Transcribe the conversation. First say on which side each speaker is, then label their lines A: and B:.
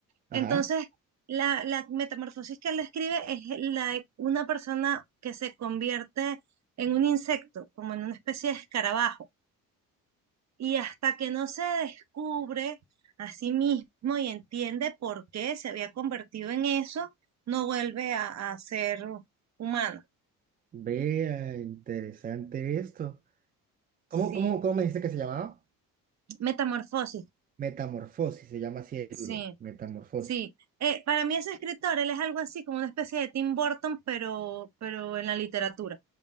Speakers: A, on the right; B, on the right.
A: ajá.
B: Entonces, la, la metamorfosis que él describe es la de una persona que se convierte en un insecto, como en una especie de escarabajo. Y hasta que no se descubre a sí mismo y entiende por qué se había convertido en eso, no vuelve a, a ser humano.
A: Vea, interesante esto.
B: Sí,
A: ¿Cómo, cómo, cómo me dice que se llamaba?
B: metamorfosis,
A: Metamorfosis, se llama así el libro,
B: sí.
A: Metamorfosis.
B: Sí, eh, para mí ese escritor, él es algo así como una especie de Tim Burton, pero, pero en la literatura,